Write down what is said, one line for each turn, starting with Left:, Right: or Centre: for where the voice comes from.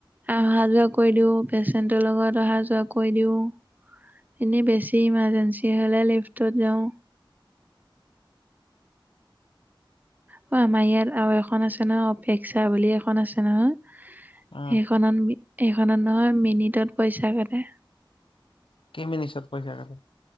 Right: অহা যোৱা কৰি দিওঁ, পেচেণ্টৰ লগত অহা যোৱা কৰি দিওঁ। এনেই বেছি ইমাৰজেঞ্চি হ'লে লিফ্টট যাওঁ। অ' আমাৰ ইয়াত আৰু এখন আছে নহয়। অপেক্ষা বুলি এখন আছে নহয়। সে
Left: উম
Right: খনত সেইখনত নহয় মিনিটত পইচা কাটে।
Left: কে মিনিটত পইচা কাটে?